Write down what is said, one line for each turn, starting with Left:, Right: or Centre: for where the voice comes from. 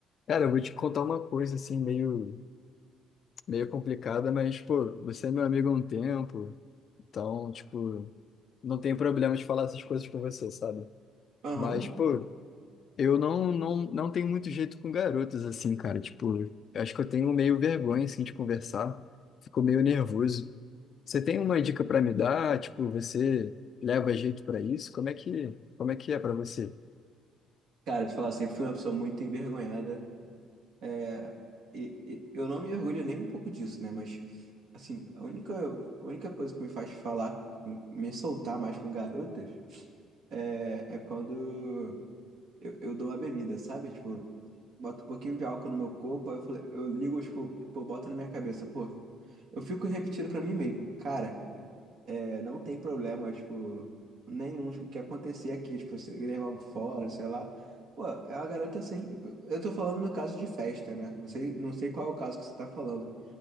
Left: Cara, eu vou te contar uma coisa assim, meio, meio complicada, mas, pô, você é meu amigo há um tempo, então, tipo, não tem problema de falar essas coisas com você, sabe?
Right: Aham.
Left: Mas, pô, eu não, não, não tenho muito jeito com garotas assim, cara. Tipo, eu acho que eu tenho meio vergonha, assim, de conversar, fico meio nervoso. Você tem uma dica pra me dar? Tipo, você leva jeito pra isso? Como é que, como é que é pra você?
Right: Cara, te falar, sempre fui uma pessoa muito envergonhada. É, e, e eu não me orgulho nem um pouco disso, né? Mas, assim, a única, a única coisa que me faz falar, com- me soltar mais com garotas, é, é quando eu, eu dou uma bebida, sabe? Tipo, boto um pouquinho de álcool no meu corpo, aí eu, falo- eu ligo, tipo, pô, bota na minha cabeça, pô. Eu fico repetindo pra mim mesmo, cara. É, não tem problema, tipo, nenhum, tipo, o que acontecer aqui, tipo, você levar um fora, sei lá. Pô, é uma garota assim. Eu tô falando no caso de festa, né? Não sei, não sei qual é o caso que você tá falando.